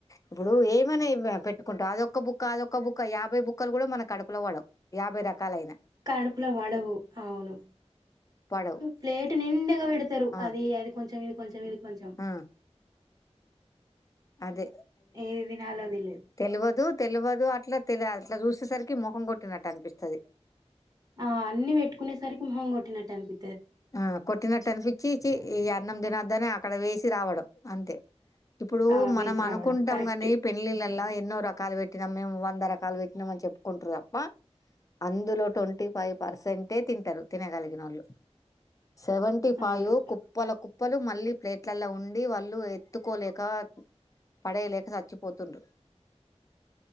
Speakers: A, on the left (about 30°); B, on the right (about 35°).
A: ఇప్పుడు ఏమనీ హ్ ఆ పెట్టుకుంటావు అదొక్క బుక్కఅదొక్క బుక్క యాభై బుక్కలు కూడా మన కడుపులో పడావు యాభై రకాలైనా
B: కడుపులా పడవు అవును
A: పడవు
B: ప్లేట్ నిండుగా పెడతారు.
A: ఆ
B: అది అది కొంచం ఇది కొం కొంచెం ఇది కొంచెం
A: ఆ అదే
B: ఏది తినాలో తెలీదు.
A: తెలువదు తెలువదు అట్లా తెలి అట్లా చూసేసరికి ముఖం కొట్టినట్టు అనిపిస్తది.
B: ఆ అన్ని పెట్టుకునేసరికి మొహం కొట్టినట్టు అనిపి
A: ఆ కొట్టినట్టు అనిపించి ఈ అన్నం తినొద్దనే అక్కడ వేసి రావడం అంతే ఇప్పుడు
B: ఆ వేసి
A: మనం అనుకుంటాం
B: రావడం కరెక్ట్
A: కానీ పెళ్ళిళ్ళలా
B: హ్మ్.
A: ఎన్నో రకాలు పెట్టి నం మేము వంద రకాలు పెట్టినామని చెప్పుకుంటారు తప్ప అందులో ట్వంటీ ఫైవ్ పర్సెంటే తింటారు తినగలిగిన వాళ్ళు సెవెంటీ ఫైవ్
B: అవును
A: కుప్పల కు పలు మళ్ళీ ప్లేట్లలో ఉండి వాళ్ళు ఎత్తుకోలేక పడయలేక చచ్చిపోతున్డ్రు